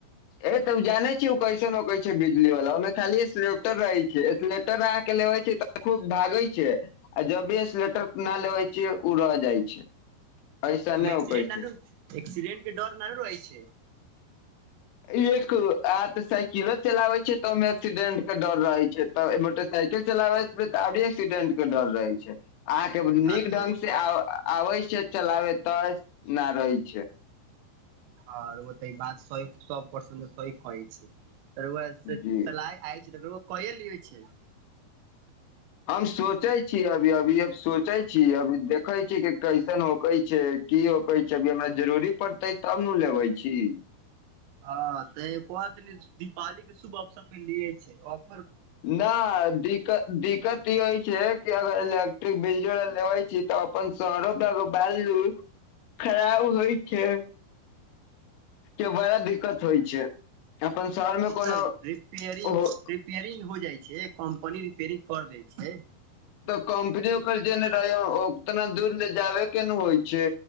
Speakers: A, on the left; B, on the right.
A: ए तऽ ओ जाने छी ओ कैसन होकै छै बिजली वला, ओहिमे खाली स्लेपटर रहे छै, स्लेप ट्राय के लेबे छै तऽ खूब भागे छै आ जब भी स्लेटर नहि लेबे छै ओ रह जाइ छै। ऐसने
B: ओहिमे
A: नहि
B: एक्सीडेंट
A: उकै
B: नानू
A: छै।
B: एक्सीडेंट के डर नहि रहै छै।
A: एक आत से किरत चलाबै छै तऽ ओहिमे एक्सीडेंट के डर रहे छै तऽ मोटरसाइकिल चलाबे तऽ आभी एक्सीडेंट के डर रहै छै। अहाके नीक
B: बात
A: ढंग
B: रहै
A: से आ आबै छै चलाबे तऽ नहि रहै छै।
B: आओर ओ ते बात सइ सौ प्रस सही कहै छै। रोउवा से
A: जी
B: सलाय आय कहि लिये छै।
A: हम सोचै छी अभी अभी अब सोचै छी अभी देखे छी की कैसन होकै छै की होकै छै अभी हमरा जरूरी पड़तै तब ने लेबे छी।
B: ह तऽ पर दीपावली के शुभ अवसर मे लिय छै आओर
A: न दिक दिक्कत ई होइ छै कि अगर इलेक्ट्रिक बिलो लेै छी तऽ अपन शहरो बालू खराब होइ छै के बड़ा दिक्कत होइ छै। अपन शहर मे कोनो
B: सब रिपेयरिंग
A: हो
B: रिपेयरिंग हो जाइ छै कम्पनी रिपेयरिंग कर दै छै।
A: तऽ कम्पनी ओकर जे ने रहै, ओ उतना दूर ले जाबे के ने होइ छै,